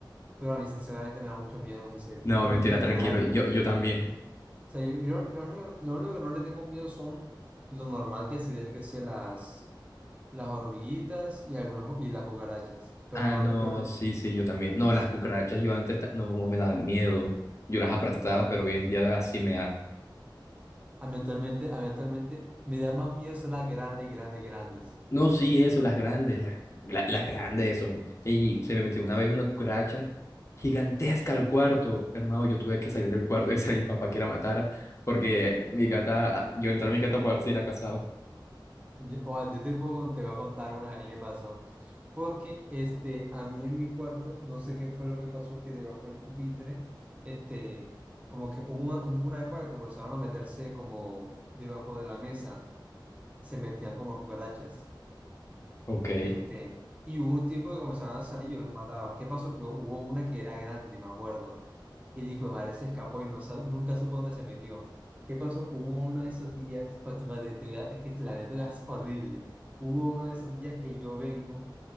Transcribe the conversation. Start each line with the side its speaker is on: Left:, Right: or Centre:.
Right: Pero a mí sinceramente me da mucho miedo los insectos.
Left: No,
Right: Pero
Left: mentira,
Right: en general,
Left: tranquilo, yo, yo también.
Right: o sea, yo, yo- yo lo único, lo único que no le tengo miedo son lo normal que sería que sea las, las hormiguitas y algunas jo- y las cucarachas. Pero
Left: Ah,
Right: no
Left: no,
Right: le, pero le-
Left: sí, sí, yo también. No, las cucarachas yo antes ta- no me dan miedo. Yo las aplastaba, pero hoy en día sí me da.
Right: a mí actualmente, a mí actualmente me da más miedo son las grandes, grandes, grandes.
Left: No, sí, eso, las grandes, las, la- las grandes son. Y se me metió una vez una cucaracha gigantesca al cuarto. Hermano, yo tuve que salir del cuarto y decir a mi papá que la matara, porque mi gata, yo entré a mi gata para ver si era casado.
Right: Ya- O a ti te puedo, con- te voy a contar una que a mí me pasó. Porque este, a mí en mi cuarto, no sé qué fue lo que pasó, que debajo del pupitre, este, como que hubo una, hubo una época que comenzaron a meterse como debajo de la mesa, se metían como las cucarachas.
Left: Ok,
Right: Este, y hubo un tiempo que comenzaban a salir y yo las mataba. ¿Qué pasó? Que hubo una que era grande, me acuerdo y el hijo de madre se escapó y no, sa- nunca supo dónde se metió. ¿Qué pasó? Hubo uno de esos días, pues, te- te voy a- es que la neta es horrible. Hubo uno de esos días que yo vengo